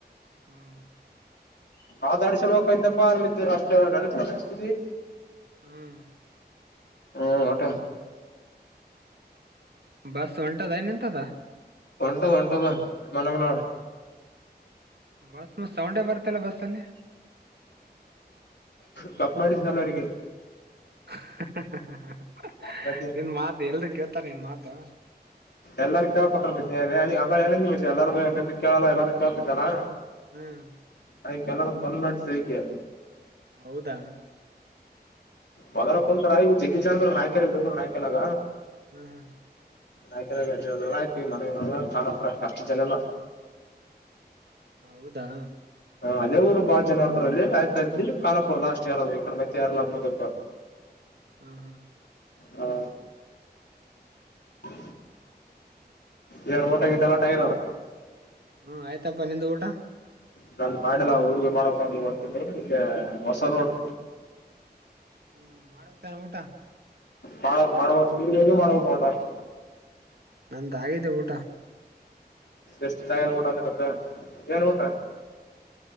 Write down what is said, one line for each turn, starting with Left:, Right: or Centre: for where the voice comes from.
Right: ಹ್ಮ್
Left: ಆತಾಡ್ ಸರ್ಕಾಯತಪ್ಪ ಆ ಮ ಅಷ್ಟ ನನತಿದವಿ
Right: ಹ್ಮ್
Left: ಹ್ಮ ಊಟ
Right: ಬಸ್ ಒಂಟದ ನಿಂತದ
Left: ಒಂಟದ ಹೊಂಟದ ಮನಗ್ ನೋಡ್
Right: ಬಸ್ ಮ ಸೌಂಡೇ ಬರ್ತಲ್ಲ ಬಸ್ ಅಲ್ಲಿ
Left: ಕಪ್ಪ ಮಾಡಿಸನಲ ಅವರಿಗೆ
Right: <unintelligible>
Left: ಬ
Right: ನಿನ್ ಮಾತ್ ಎಲ್ರು ಕೇಳ್ತಾರ ನಿನ್ ಮಾತು
Left: ಎಲ್ಲಾರಕ್ಕಾ ಪತ್ರ ಬಜ ಅಂಗಗಳ ಹೇಳಿಂದ್ ಮ ಎಲ್ಲಾರು ನಿಮ್ದ ಕೇಳಲ್ಲ ಎಲ್ಲಾರು ಕೇಳ್ತಿದ್ದಲ್ಲಾ
Right: ಹ್ಮ್
Left: ಅದ್ಕ್ಕೆಲ್ಲ ಬಂದ್ ಮಾಡ ಸದಕ್ಕೆ
Right: ಹೌದಾ
Left: ಬದ್ರ
Right: ಹ್ಮ್
Left: ಕುಂತರ ಜಗ್ಗಜ ಜನ್ ನಾಯಕ ನಾಯ್ಕೆಲಗ
Right: ಹ್ಮ್ ಹ್ಮ್
Left: ಆಾ್ಕ ಗಜ್ಜಲ್ಲ ಆಯ್ತಿವಿ ಮನಗ ತಾಣಪುರ ಅಷ್ಟು ಜನಲ್ಲ
Right: ಹೌದಾ
Left: ಅದೇವಊರು ಬಾಳ ಜನ ಇರ್ತಾರಲ್ಲಿ ಆಯ್ತ ಅಲ್ಲಿ ಕಾನಾಪುರ್ ಲಾಸ್ಟ್ ಯಾರ ಈ ಕಡೆ ಮೈತ್ತ ಯಾರಲ್ಲ ಮುಂದಕ್ಕ
Right: ಹ್ಮ ಹಾ
Left: ಹಾ ಹ ಇರ ಊಟಗಿ ತಲೋಟ ಇದಾರ
Right: ಹ್ಮ ಆಯ್ತಪ್ಪ ನಿಂದು ಊಟ
Left: ನಂದು ಮಾಡಲ್ಲ ಊರ್ವಿ ಮಾಡಕ್ ನೀ ಹೊಂತೀನಿ ಈಗ ಹೊಸ ರೋಡ್
Right: ಹ್ಮ ಮಾಡೋಕ್ಕನ ಊಟ
Left: ಮಾಡಕ್ ಮಾಡ್ಬೇಕಕ್ ಊರ್ರಿಗೆ ಹಗ ಮಾಡ್ಬೇಕು ಉಂಟಷ್ಟ
Right: ನಂದ ಆಗಿದೆ ಊಟ
Left: ಎಸ್್ತಗ ಊಟ ಅಂತ್ದ ಏನ್ ಊಟ